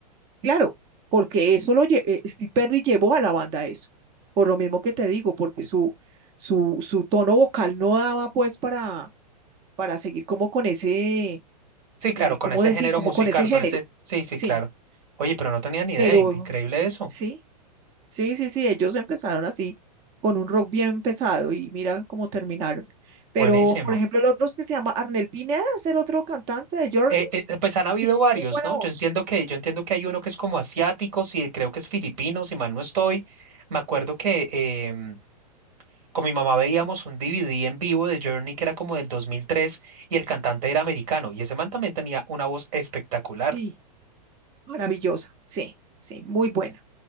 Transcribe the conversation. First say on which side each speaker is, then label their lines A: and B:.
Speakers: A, on the right; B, on the right.
A: claro, porque eso lo lle- eh, Steve Perry llevó a la banda a eso, por lo mismo que te digo, porque su, su, su tono vocal no daba pues para, para seguir como con ese,
B: Sí, claro,
A: eh,
B: con
A: ¿cómo
B: ese
A: decir?
B: género
A: Como
B: musical,
A: con ese género,
B: con ese... Sí, sí,
A: sí,
B: claro. Oye, pero no tenía ni idea,
A: pero
B: in- increíble eso.
A: sí. Sí, sí, sí, ellos empezaron así, con un rock bien pesado y mira cómo terminaron. Pero,
B: Buenísimo.
A: por ejemplo, el otro es que se llama Arnel Pineda, es el otro cantante de Journey,
B: Eh, eh, pues han habido
A: tiene
B: varios,
A: muy buena
B: ¿no?
A: voz.
B: Yo entiendo que, yo entiendo que hay uno que es como asiático, sí, creo que es filipino, si mal no estoy. Me acuerdo que em, con mi mamá veíamos un DVD en vivo de Journey que era como del 2003 y el cantante era americano y ese man también tenía una voz espectacular.
A: Sí, maravillosa. Sí, sí, muy buena,